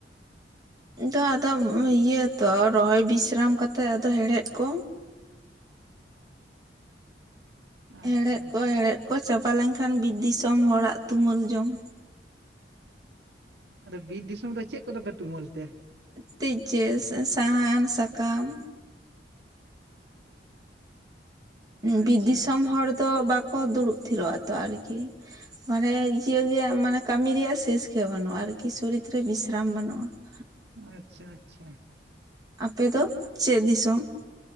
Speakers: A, on the right; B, on the right.
A: ᱫᱚ ᱟᱫᱚ ᱤᱭᱟᱹ ᱛᱚ ᱨᱚᱦᱚᱭ ᱵᱤᱥᱨᱟᱢ ᱠᱟᱛᱮ ᱟᱫᱚ ᱦᱮᱲᱮᱫ ᱠᱚ
B: ᱟᱪᱪᱷᱟ
A: ᱦᱮᱲᱮᱫ
B: ᱟᱪᱪᱷᱟ
A: ᱠᱚ ᱦᱮᱲᱮᱫ ᱠᱚ ᱪᱟᱵᱟ ᱞᱮᱱᱠᱷᱟᱱ ᱵᱤᱨᱤ ᱫᱤᱥᱚᱢ ᱦᱚᱲᱟᱜ ᱛᱩᱢᱟᱹᱞ ᱡᱚᱢ ᱾
B: ᱟᱫᱚ ᱵᱤᱨ ᱫᱤᱥᱚᱢ ᱨᱮ ᱪᱮᱫ ᱠᱚᱫᱚ ᱯᱮ ᱛᱩᱢᱟᱹᱞ ᱛᱮ
A: ᱛᱮ ᱪᱮ ᱥᱟᱦᱟᱱ ᱥᱟᱠᱟᱢ ᱵᱤᱨ
B: ᱟᱪᱪᱷᱟ
A: ᱫᱤᱥᱚᱢ
B: ᱟᱪᱪᱷᱟ
A: ᱦᱚᱲ ᱫᱚ ᱵᱟᱠᱚ ᱫᱩᱲᱩᱵ ᱛᱷᱤᱨᱚᱜ ᱟᱛᱚ ᱟᱨᱠᱤ ᱢᱟᱱᱮ ᱤᱭᱥᱮ ᱢᱟᱱᱮ ᱠᱟᱹᱢᱤ ᱨᱮᱭᱟᱜ ᱥᱮᱥ ᱜᱮ ᱵᱟᱹᱱᱩᱜᱼᱟ ᱟᱨᱠᱤ ᱥᱚᱨᱤᱛ ᱨᱮ ᱵᱤᱥᱨᱟᱢ ᱵᱟᱹᱱᱩᱜᱼᱟ ᱾
B: ᱟᱪᱷᱟ ᱟᱪᱷᱟ ᱾
A: ᱟᱯᱮ ᱫᱚ ᱪᱮᱫ ᱫᱤᱥᱚᱢ?